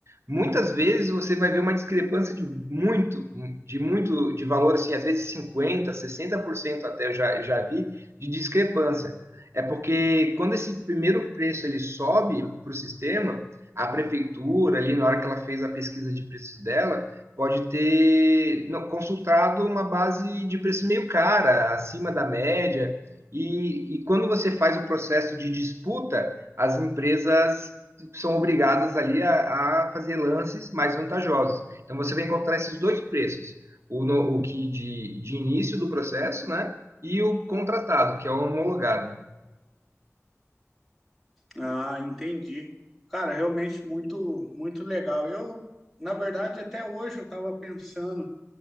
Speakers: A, on the right (about 60°); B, in the centre.
A: Muitas vezes você vai ver uma discrepância de muito, de muito, de valor, assim, às vezes 50, 60% até eu já, já vi, de discrepância. É porque quando esse primeiro preço ele sobe para o sistema, a prefeitura, ali na hora que ela fez a pesquisa de preços dela, pode ter não, consultado uma base de preço meio cara, acima da média. E, e quando você faz o processo de disputa, as empresas são obrigadas ali a, a fazer lances mais vantajosos. Então você vai encontrar esses dois preços, o, no- o que de, de início do processo, né? E o contratado, que é o homologado.
B: Ah, entendi. Cara, realmente muito, muito legal. Eu, na verdade, até hoje eu estava pensando.